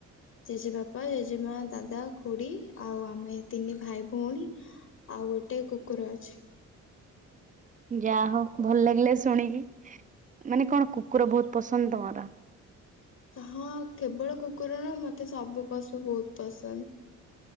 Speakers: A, on the left; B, on the right.
A: ଜେଜେ ବାପା ଜେଜେମା ଦାଦା ଖୁଡି ଆଉ ଆମେ ତିନି ଭାଇ ଭଉଣୀ ଆଉ ଗୋଟେ କୁକୁର ଅଛି।
B: <inaudible> ଯାହା ହଉ ଭଲ ଲାଗିଲା ଶୁଣିକି। ମାନେ କଣ କୁକୁର ବହୁତ ପସନ୍ଦ ତମର?
A: ହଁ କେବଳ କୁକୁର ନ ମତେ ସବୁ ପଶୁ ବହୁତ ପସନ୍ଦ।